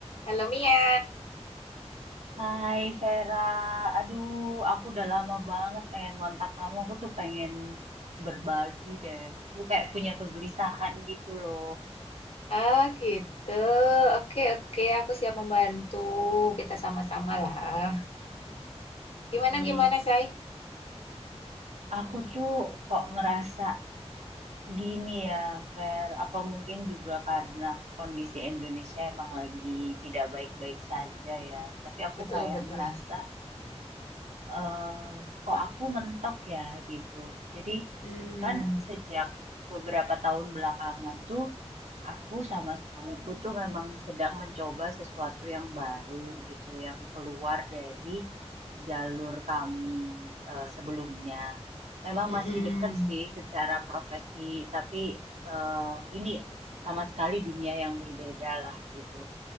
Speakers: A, on the left; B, on the right.
A: Halo Mia.
B: Hai Vera, aduh aku udah lama banget pengen ngontak kamu, aku tuh pengen berbagi deh, aku kayak punya kegelisahan gitu loh.
A: Ah gitu. Oke oke, aku siap membantu. Kita sama-sama lah.
B: Mm-mm.
A: Gimana gimana, Say?
B: Aku tuh kok ngerasa gini ya Ver, apa mungkin juga karena kondisi Indonesia emang lagi tidak baik-baik saja ya, tapi aku
A: Betul
B: kayak
A: betul.
B: ngerasa eh kok aku mentok ya gitu. Jadi
A: Hmm.
B: kan sejak beberapa tahun belakangan tuh aku sama suamiku tuh memang sedang mencoba sesuatu yang baru gitu, yang keluar dari jalur kami eh, sebelumnya. Memang
A: Mm-mm.
B: masih dekat sih secara profesi, tapi eh, ini sama sekali dunia yang berbeda lah gitu.